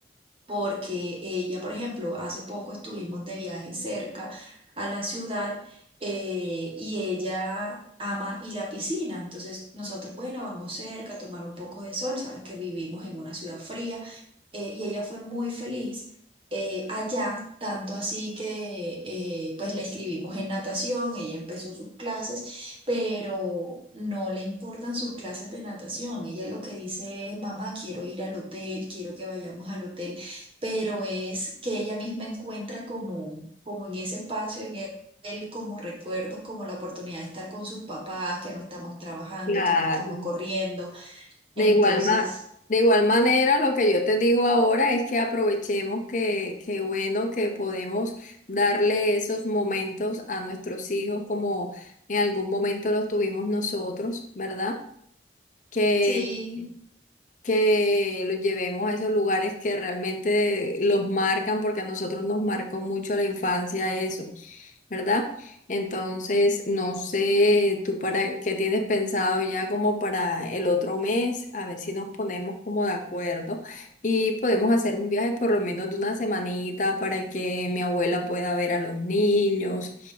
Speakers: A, on the right; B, on the left.
A: porque ella, por ejemplo, hace poco estuvimos de viaje cerca a la ciudad eh, y ella ama ir a piscina. Entonces nosotros, bueno, vamos cerca a tomar un poco de sol, sabes que vivimos en una ciudad fría eh, y ella fue muy feliz. eh, allá, tanto así que eh, pues la escribimos en natación, ella empezó sus clases, pero no le importan sus clases de natación. Ella lo que dice es, mamá, quiero ir al hotel, quiero que vayamos al hotel pero es que ella misma encuentra como, como en ese espacio, en él, él como recuerdos, como la oportunidad de estar con sus papás, que no estamos trabajando,
B: Claro.
A: que no estamos corriendo.
B: De
A: Entonces,
B: igual ma- de igual manera, lo que yo te digo ahora es que aprovechemos que, que bueno que podemos darle esos momentos a nuestros hijos como en algún momento los tuvimos nosotros, ¿verdad? Que
A: sí,
B: que los llevemos a esos lugares que realmente los marcan, porque a nosotros nos marcó mucho la infancia eso, ¿verdad? Entonces, no sé, tú para qué tienes pensado ya como para el otro mes, a ver si nos ponemos como de acuerdo y podemos hacer un viaje por lo menos de una semanita para que mi abuela pueda ver a los niños